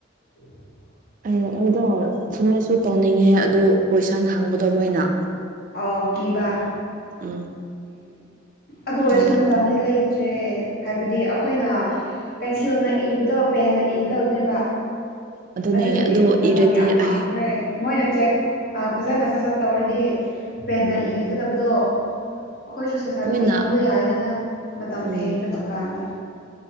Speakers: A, on the left; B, on the right.
A: ꯎꯝ <unintelligible>
B: ꯑꯩ ꯑꯩꯗꯣ ꯁꯨꯝꯃꯦꯠꯁꯨ ꯇꯧꯅꯤꯡꯉꯦ ꯑꯗꯨ ꯀꯣꯏꯁꯟ ꯍꯪꯕꯗꯣ ꯃꯣꯏꯅ
A: ꯑꫭ ꯀꯤꯕꯥ
B: ꯎꯝ
A: ꯑꯗꯨ ꯑꯣꯏꯔꯁꯨ
B: ꯀꯤꯕ
A: ꯃꯇꯝꯗꯤ ꯂꯩꯇ꯭ꯔꯦ ꯍꯥꯏꯕꯗꯤ ꯑꯩꯈꯣꯏꯅ ꯄꯦꯟꯁꯤꯜꯅ ꯏꯕꯗꯣ ꯄꯦꯟꯅ ꯏꯗꯧꯅ‌ꯦꯕ
B: ꯑꯗꯨꯅꯦ
A: ꯑꯗꯨꯒꯤ
B: ꯑꯗꯨ
A: ꯃꯇꯝ
B: ꯏꯔꯗꯤ
A: ꯌꯥꯝ ꯃꯥꯡꯈ꯭ꯔꯦ
B: ꯑꯩ
A: ꯃꯣꯏꯅ ꯆꯦꯛ ꯐꯖꯅ ꯁꯠ ꯁꯠ ꯇꯧꯔꯤꯗꯤ ꯄꯦꯟꯅ
B: ꯎꯝ
A: ꯏꯒꯗꯕꯗꯣ ꯑꯩꯈꯣꯏꯁꯨ ꯁꯠꯁꯠ
B: ꯃꯣꯏꯅ
A: ꯏꯍꯧꯕ ꯌꯥꯏꯗꯅ ꯃꯇꯝ
B: ꯎꯝ
A: ꯊꯦꯡꯗꯕ ꯀꯥꯟꯗ